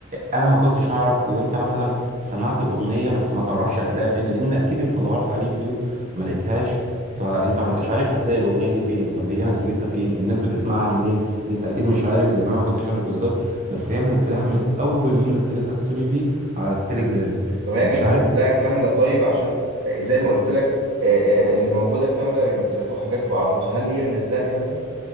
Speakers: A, on the right (about 35°); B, on the right (about 80°).
A: أنا ما كنتش أعرف وأنت مثلا سمعت الأغنية بس ما تعرفش هتلاقيها فين لأن أكيد أنت دورت على اليوتيوب ما لقيتهاش فأنت ما أنتش عارف هتلاقي الأغنية دي فين طب هي نزلتها فين الناس بتسمعها منين أنت أكيد مش عارف زي ما أنا ما كنتش عارف بالظبط بس هي منزلها من أول يوم نزلتها ستوري فيه على التليجرام
B: طب هي
A: مش
B: كانت
A: عارف
B: منزلاها كامله طيب علشان آه، زي ما قلت لك آه، آه، اللي موجوده كامله ريمكسات وحاجات وعبط فهل هي منزلاها كامله